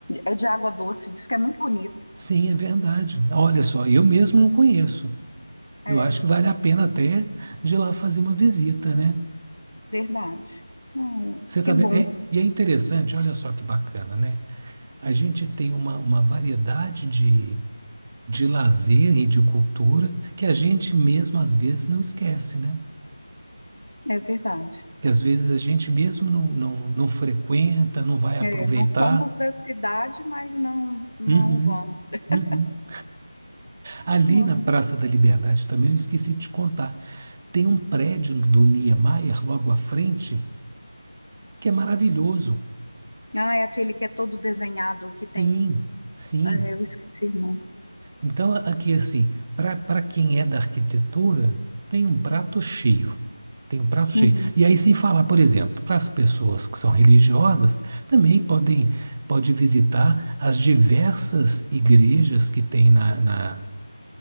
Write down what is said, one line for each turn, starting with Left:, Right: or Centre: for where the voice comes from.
Left: é de água doce, diz que é muito bonito.
Right: Sim, é verdade. Olha só, eu mesmo não conheço.
Left: É,
Right: Eu acho que vale a pena até de ir lá fazer uma visita, né?
Left: verdade. Ah, eu,
Right: Você
Left: que
Right: tá
Left: bom,
Right: vendo? É, e é interessante, olha só que bacana, né? A gente tem uma, uma variedade de, de lazer e de cultura que a gente mesmo às vezes não esquece, né?
Left: é verdade.
Right: Que às vezes a gente mesmo não, não, não frequenta, não vai aproveitar.
Left: É, não somos da cidade, mas não não
Right: Uhum,
Left: vamos. <laughs>
Right: uhum. Ali
Left: Não.
Right: na Praça da Liberdade também, eu esqueci de te contar, tem um prédio do Niemeyer logo à frente que é maravilhoso.
Left: Ah, é aquele que é todo desenhado, que tem.
Right: Sim, sim.
Left: É, eu esqueci, irmão.
Right: Então, aqui assim, para para quem é da arquitetura, tem um prato cheio. Tem um prato cheio.
Left: Uhum,
Right: E aí, sem falar, por exemplo, para as pessoas que são religiosas, também podem pode visitar as diversas igrejas que tem na, na,